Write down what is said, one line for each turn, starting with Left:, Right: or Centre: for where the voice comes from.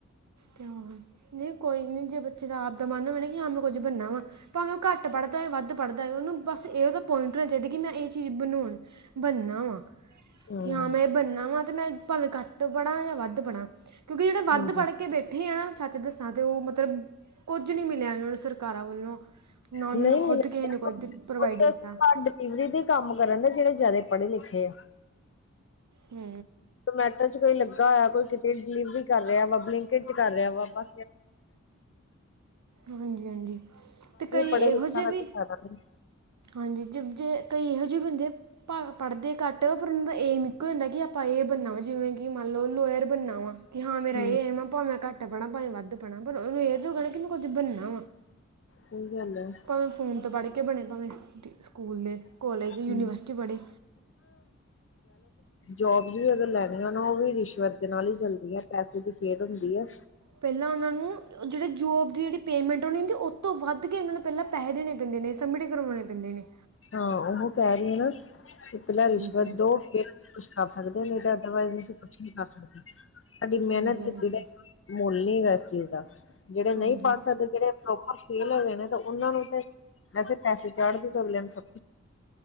Right: ਤੇ ਨਹੀਂ ਕੋਈ ਨੀ ਜੇ ਬੱਚੇ ਰ ਮਨ ਹੋ ਕਿ ਹਾਂ ਮੈਂ ਕੁੱਝ ਬਣਨਾ ਵਾ ਭਾਵੇਂ ਉਹ ਘੱਟ ਪੜ੍ਹਦਾ ਹੈਏ ਵੱਧ ਪੜ੍ਹਦਾ ਹੈਏ ਉਹਨੂੰ ਬੱਸ ਉਹ ਤਾਂ ਪੁਆਇੰਟ ਹੋਣਾ ਚਾਹੀਦਾ ਕਿ ਮੈਂ ਇਹ ਚੀਜ਼ ਬਣਾਣ, ਬਣਨਾ ਵਾਂ
Left: ਹਮ
Right: ਕਿ ਹਾਂ ਮੈਂ ਬਣਨਾ ਵਾ ਅਤੇ ਮੈਂ ਭ ਘੱਟ ਬੜਾ ਜਾਂ ਵੱਧ ਬੜਾ ਕਿਉਕਿ ਜਿਹੜੇ ਵੱਧ
Left: ਹਾਂਜੀ
Right: ਬਣੇ, ਬੈਠੇ ਆ ਨਾ ਸੱਚ ਦੱਸਾਂ ਤੇ ਉਹ ਮਤਲਬ ਕੁੱਝ ਨੀ ਮਿਲਿਆ ਨੂੰ ਸਰਕਾਰ ਸਰਕਾਰਾਂ ਵੱਲੋਂ ਨਾ ਉਹਨੂੰ
Left: ਨਹੀਂ
Right: ਖੁਦ
Left: ਮਿਲਿਆ
Right: ਕਿਸੇ ਨੇ
Left: ਕੋਈ
Right: ਪ੍ਰੋਵਾਈਡ ਕੀਤਾ।
Left: ਘਰ ਡਿਲੀਵਰੀ ਦੇ ਕੰਮ ਕਰਨ ਦੇ ਜਿਹੜੇ ਜ਼ਿਆਦਾ ਪੜ੍ਹੇ ਲਿਖੇ ਆ।
Right: ਹੂੰ,
Left: ਜਮੈਟੋ ਕੋਈ ਲੱਗਾ ਹੋਇਆ ਕੋਈ ਕਿਤੇ ਡਿਲੀਵਰੀ ਕਰ ਰਿਹਾ ਵ ਬ ਕਰ ਰਿਹਾ ਵਾ ਬ
Right: ਹਾਂਜੀ ਹਾਂਜੀ, ਤੇ ਕਈ
Left: ਪੜ੍ਹੇ
Right: ਇਹੋ
Left: ਲਿਖਿਆ
Right: ਜਿਹੇ
Left: ਦਾ
Right: ਵੀ
Left: ਕੋਈ ਫਾਇਦਾ ਨਹੀਂ
Right: ਹਾਂਜੀ ਜੇ ਕਈ ਇਹੋ ਜਿ ਜੇ ਬੰਦੇ, ਪ ਪੜ੍ਹਦੇ ਘੱਟ ਪਰ ਉਹਨਾ ਦੇ, ਏਮ ਇੱਕੋ ਹੋ ਹੁੰਦਾ ਕਿ ਆਪਾਂ ਇਹ ਬਣਨਾ ਵਾ ਜਿਵੇਂ ਕਿ ਮੰਨ ਲਓ ਲੋਅਰ ਬਣਨਾ ਵਾ ਕਿ ਹਾਂ ਮੇਰਾ
Left: ਹਮ
Right: ਇਹਏ ਆ ਭਾਵੇੈਂ ਘੱਟ ਪੜ੍ਹ ਭਾਵੇ ਵੱਧ ਪੜ੍ਹਾ ਪਰ ਉਹਨੂੰ ਇਹ ਚ ਹੋਣਾ ਕਿ ਕੁਝ ਬਣਨਾ,
Left: ਸਹੀ ਗੱਲ ਹੈ
Right: ਭਾਵੇਂ ਫੋਨ ਤੋਂ ਪੜ੍ਹ ਕੇ ਬਣੇ ਭਾਵੇਂ ਸਕੂਲ ਦੇ,
Left: <unintelligible>
Right: ਕਾਲਜ ਯੂਨੀਵਰਸਿਟੀ ਪੜ੍ਹੇ
Left: ਜੋਬਸ ਵੀ ਅਗਰ ਲੈਣੀਆਂ ਨਾ ਉਹ ਵੀ ਰਿਸ਼ਵਤ ਦੇ ਨਾਲ ਹੀ ਚੱਲਦੀ ਹੈ ਪੈਸੇ ਦੀ ਖੇਡ ਹੁੰਦੀ ਹੈ।
Right: ਪਹਿਲਾਂ ਉਹਨਾਂ ਨੂੰ ਜਿਹੜੇ ਜੋਬ ਦੀ ਜਿਹੜੀ ਪੇਮੈਂਟ ਹੋਣੀ ਹੁੰਦੀ ਉਹ ਤੋਂ ਵੱਧ ਕੇ ਉਹਨਾਂ ਨੂੰ ਪਹਿਲਾਂ ਪੈਸੇ ਦੇਣੇ ਪੈਂਦੇ ਨੇ ਸਬਮਿਟ ਕਰਵਾਣੇ ਪੈਂਦੇ ਨੇ
Left: ਹਾਂ ਉਹ ਕਹਿ ਰਹੀ ਆ ਨਾ। ਪਹਿਲਾ ਰਿਸ਼ਵਤ
Right: ਹਾਂਜੀ
Left: ਦੋ ਫੇ ਕਰ ਸਕਦੇ ਨੇ ਤੇ ਅਦਰਵਾਈਜ਼ ਅਸੀਂ ਕੁਛ ਨੀ ਕਰ ਸਕਦੇ। ਸਾਡੀ ਮਿਹਨਤ
Right: ਹਾਂਜੀ
Left: ਕੀਤੀ
Right: ਹਾਂਜੀ
Left: ਤੇ, ਮੁੱਲ ਨਹੀਂ ਹੈਗਾ ਇਸ ਚੀਜ਼ ਦਾ ਜਿਹੜੇ ਨਹੀਂ
Right: ਹਾਂਜੀ
Left: ਪੜ੍ਹ ਸਕਦੇ, ਜਿਹੜੇ ਪ੍ਰੋਪਰ ਫੇਲ ਹੋ ਗਏ ਨੇ, ਤਾਂ ਉਹਨਾਂ ਨੂੰ ਤੇ ਵੈਸੇ ਪੈਸੇ ਚਾੜ ਦੇ ਸਭ